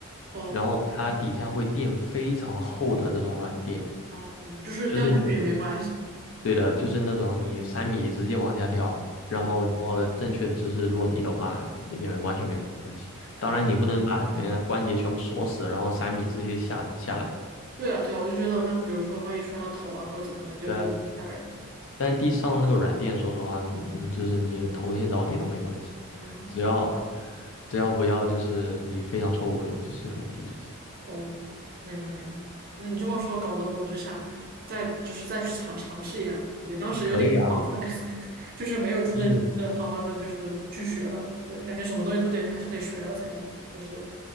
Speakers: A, on the right; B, on the left.
A: 哦，
B: 然后它底下会垫非常厚的那种软垫。
A: 哦，就是掉下去也没关系。
B: 就是你对的，就是那种你三米直接往下跳，然后你要正确的姿势落地的话，
A: 嗯。
B: 也完全没关系。
A: 哦，
B: 当然，你不能把人家关节全部锁死，然后三米直接下下来。
A: 对啊，对啊，我就觉得，那比如说，万一摔到头啊，或者怎么的，就有点吓人。
B: 呃，但地上那个软垫，说实话，嗯，就是你头先着地都没关系的，
A: 嗯，
B: 只要只要不要就是以非常错误的姿势落地就行。
A: 哦，明白明白。那你这么说，搞得我就想再就是再去尝尝试一下。你当时有点草率，
B: 可以啊，
A: <laughs> 就是没有真的就是好好的就是去学吧。
B: 就是。
A: 对，感觉什么东西都得还是得学了才能，就是